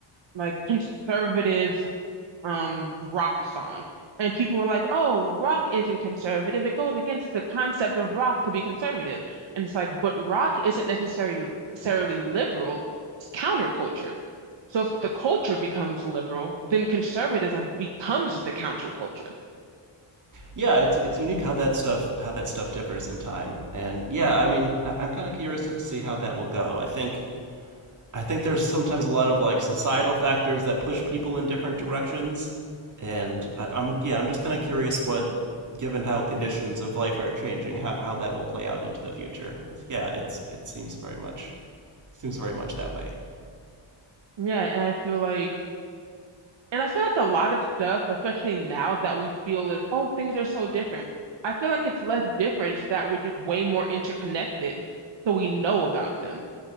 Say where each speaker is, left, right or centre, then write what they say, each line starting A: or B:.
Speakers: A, on the right; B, on the right.
A: like conservative um rock song. And people were like, "Oh, rock isn't conservative. It goes against the concept of rock to be conservative." And it's like, "But rock isn't necessarily necessarily liberal. It's counterculture." So if the culture becomes liberal, then conservatism becomes the counterculture.
B: Yeah, it's it's unique how that stuff how that stuff differs in time, and yeah, I mean, I- I'm kind of curious to see how that will go. I think I think there's sometimes a lot of like societal factors that push people in different directions, and I, I'm yeah, I'm just kind of curious what, given how conditions of life are changing, how, how that will play out into the future. 'Cause, yeah, it's it seems very much seems very much that way.
A: Yeah, and I feel like And I feel like a lot of stuff, especially now that we feel is, oh, things are so different. I feel like it's less different. It's that we're just way more interconnected, so we know about them.